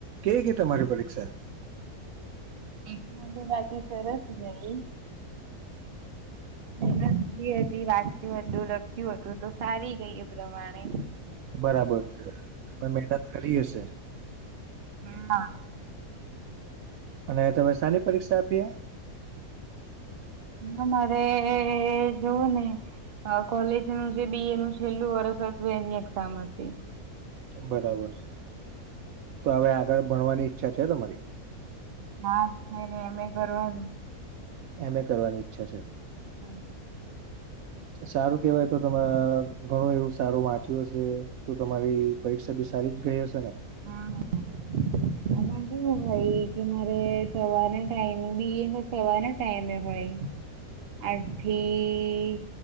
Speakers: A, on the right; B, on the right.
A: કેવી ગેય તમારી પરીક્ષા?
B: એકમા તો બાકી સરસ ગઈ મેનતભી હતી, વાંચ્યું હતું, લખ્યું હતું, તો સારી ગઈ એ પ્રમાણે
A: બરાબર છે પણ મેનત કરી હશે.
B: હા,
A: અને તમે સાની પરીક્ષા આપીઆ
B: ન, મારે જોઉને કોલેજનું જે બી. એ નું છેલ્લું વરસ હતું એની એક્ઝામ હતી.
A: બરાબર છે, તો અવે આગળ ભણવાની ઈચ્છા છે તમારી?
B: હા, છે ને મે ભરવાનું
A: એમ. એ કરવાની ઈચ્છા છે.
B: હમ,
A: સારું કેવાય તો તમા ઘણું એવું સારું વાંચ્યું હશે, તો તમારી પરીક્ષા બી સારી જ ગઈ હશે ને
B: હા, એનાભી હોય કે મારે સવારને ટાઈમે બી. એનુ સવારને ટાઈમે હોય. આજથી